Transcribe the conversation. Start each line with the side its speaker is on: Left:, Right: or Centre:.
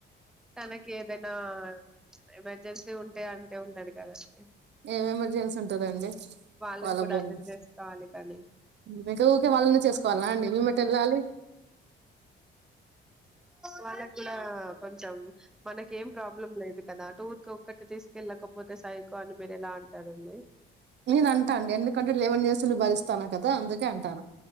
Centre: తనకి ఏదైనా ఎమర్జెన్సీ ఉంటే అంటే ఉంటాడు కదండి
Right: ఏం ఎమర్జెన్సీ ఉంటదండి
Centre: వాళ్ళని
Right: వాళ్ళ
Centre: కూడా
Right: ప్రాబ్లమ్స్
Centre: అర్థం చేసుకోవాలి కానీ
Right: మీకు ఊకే వాళ్ళనే చేసుకోవాల్నా అండి మేమేటు వెళ్ళాలి
Centre: వాళ్ళకు కూడా కొంచెం మనకు ఏం ప్రాబ్లం లేదు కదా ఊరిక ఒక్కటి తీసుకెళ్ళకపోతే సైకో అని మీరు ఎలా అంటారండి
Right: నేను అంటా అండి ఎందుకంటే లేవన్ ఇయర్స్ నుండి భరిస్తాను కదా అందుకే అంటాను